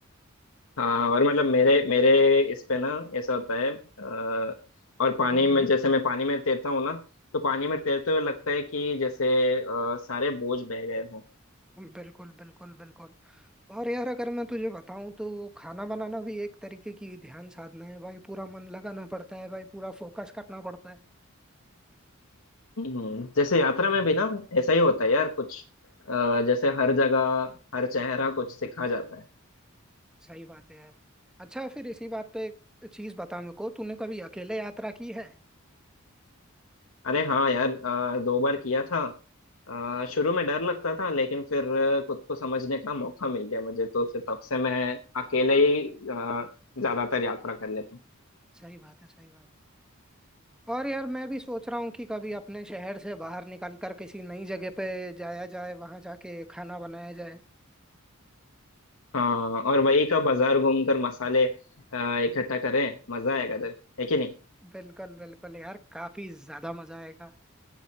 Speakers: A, on the left; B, in the centre.
A: हाँ और मतलब मेरे मेरे इस पे ना ऐसा होता है अ, और पानी
B: हम्म
A: में जैसे मैं पानी में तैरता हूँ ना तो पानी में तैरते हुए लगता है कि जैसे अ, सारे बोझ बह गए हों
B: बिल्कुल बिल्कुल बिल्कुल और यार अगर मैं तुझे बताऊं तो खाना बनाना भी एक तरीके की ध्यान साधना है भाई पूरा मन लगाना पड़ता है भाई पूरा फोकस करना पड़ता है
A: हम्म, जैसे यात्रा में भी ना ऐसा ही होता है यार कुछ अ, जैसे हर जगह हर चेहरा कुछ सिखा जाता है
B: सही बात है यार अच्छा फिर इसी बात पे एक चीज बता मेरे को तूने कभी अकेले यात्रा की है
A: अरे हाँ यार अ, दो बार किया था अ, शुरू में डर लगता था लेकिन फिर अ, खुद को समझने का मौका मिल गया मुझे तो फिर तब से मैं अकेले ही अ, ज्यादातर यात्रा कर लेता हूँ
B: सही बात है सही बात है और यार मैं भी सोच रहा हूँ कि कभी अपने शहर से बाहर निकल कर किसी नई जगह पे जाया जाए वहां जाके खाना बनाया जाए
A: हाँ और वही का बाजार घूमकर मसाले अ, इकट्ठा करें मजा आएगा सर है कि नहीं
B: बिल्कुल बिल्कुल यार काफी ज्यादा मजा आएगा